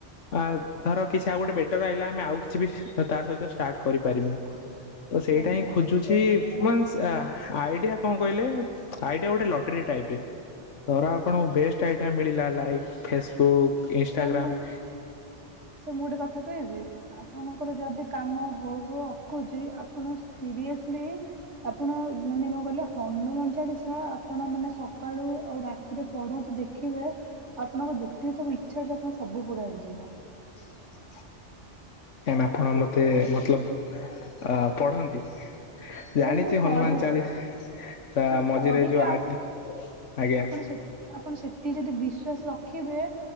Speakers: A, on the left; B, on the right.
A: ଆ ଧର କିଛି ଆଉ ଗୋଟେ ବେଟର ଆଇଲା ଆମେ ଆଉ କିଛି ବି ତା ସହିତ ଷ୍ଟାର୍ଟ କରି ପାରିମୁ। ତ ସେଇଟା
B: ଆଜ୍ଞା
A: ହିଁ ଖୋଜୁଛି। ୱନସ ଆଇଡିଆ କଁ କହିଲେ ଆଇଡିଆ ଗୋଟେ ଲଟେରୀ ଟାଇପ ରେ। ଧର ଆପଣଙ୍କୁ ବେଷ୍ଟ ଆଇଡିଆ ମିଳିଲା ଲାଇକ୍ ଫେସବୁକ୍ ଇନାଗ୍ରାମ।
B: ସାର୍ ମୁଁ ସାର୍ ମୁଁ ଗୋଟେ କଥା କହିବି ଆପଣଙ୍କର ଯଦି କାମ ହଉ ହଉ ଅଟକୁଛି। ଯଦି ଆପଣଙ୍କୁ ସିରିଏସଲି ଆପଣ ମାନେ କଣ କହିଲେ ହନୁମାନ ଚାଳିଶା। ଆପଣ ମାନେ ସକାଳୁ ଆଉ ରାତି ସେଥିରେ ପଢନ୍ତୁ ଦେଖିବେ ଆପଣଙ୍କ ଯେତିକି ସବୁ ଇଚ୍ଛା ଅଛି ଆପଣ ସବୁ ପୁରା ହେଇଯିବ।
A: <unintelligible> ଏମ ଆପଣ ମତେ ମତଲବ ଅ ପଢନ୍ତି। ଜାଣିଛି
B: ସାର୍ ମୁଁ ପଢେ
A: ହନୁମାନ ଚାଳିଶ
B: ସାର୍
A: ମଝିରେ
B: ପଢିକି
A: ଏ ଯୋଉ ଆଠ ଆଜ୍ଞା।
B: ଆପଣ ସେ ଆପଣ ସେତିକି ଯଦି ବିଶ୍ୱାସ ରଖିବେ